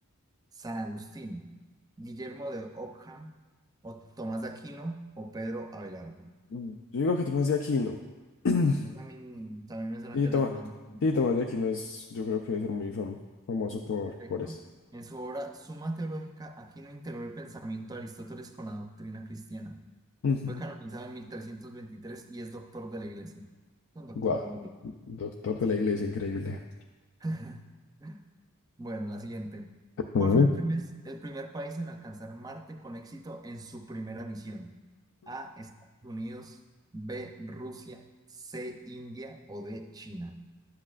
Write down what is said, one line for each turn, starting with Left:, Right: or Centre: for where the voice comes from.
Right: ¿San Agustín, Guillermo de Ockham, o Tomás de Aquino, o Pedro Abelardo?
Left: Mm, Yo digo que Tomás de Aquino. <clears throat>
Right: Yo también, también me suena
Left: Sí,
Right: que
Left: Tomás,
Right: era Tomás de Aquino.
Left: sí,
Right: ¿cierto?
Left: Tomás de Aquino es, yo creo que debe ser muy fam- famoso por,
Right: Perfecto.
Left: por eso.
Right: En su obra Suma Teológica, Aquino integró el pensamiento de Aristóteles con la doctrina cristiana.
Left: Ujú.
Right: Fue canonizado en 1323 y es doctor de la iglesia. Un doctorado.
Left: guau
Right: bien.
Left: Doctor de la iglesia, increíble.
Right: <laughs> Bueno, la siguiente. ¿Cuál
Left: Ujú.
Right: fue el primer, el primer país en alcanzar Marte con éxito en su primera misión? A, Estados Unidos, B, Rusia, C, India o D, China.